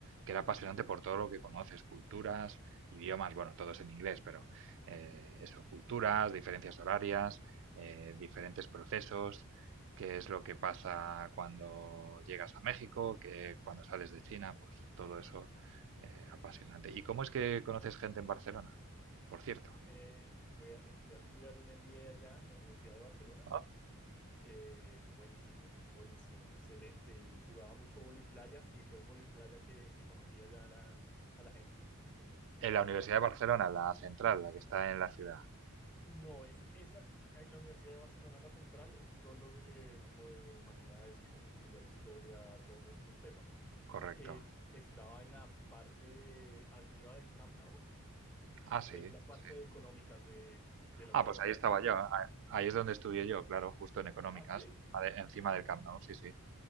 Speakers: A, on the right; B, in the centre.
A: que era apasionante por todo lo que conoces, culturas, idiomas, bueno, todos en inglés, pero eh, eso, culturas, diferencias horarias, eh, diferentes procesos, qué es lo que pasa cuando llegas a México, que cuando sales de China, pues todo eso eh, apasionante. ¿Y cómo es que conoces gente en Barcelona? Por cierto.
B: Eh, fui, a, eh, fui a estudiar un MBA allá en la Universidad de Barcelona.
A: ¿no?
B: Eh, buenísimo, buenísimo, excelente. Y jugaba mucho vóley playa y fue en vóley playa que, que conocí allá a la, a la gente.
A: En la Universidad
B: Capo.
A: de Barcelona, la central, la que está en la ciudad.
B: No, esa, esa en la Universidad de Barcelona, la central, es solo de como de humanidades, filosofía, historia, todos estos temas.
A: Correcto.
B: Él estaba en la parte de arriba del Camp Nou,
A: Ah, sí,
B: es la parte
A: sí, sí.
B: de económicas de, de la
A: Ah,
B: Universidad
A: pues ahí estaba
B: de Barcelona.
A: yo. ah, Ahí es donde estudié yo, claro, justo en económicas,
B: Ah, sí.
A: encima, de- encima
B: Genial.
A: del Camp Nou, sí, sí.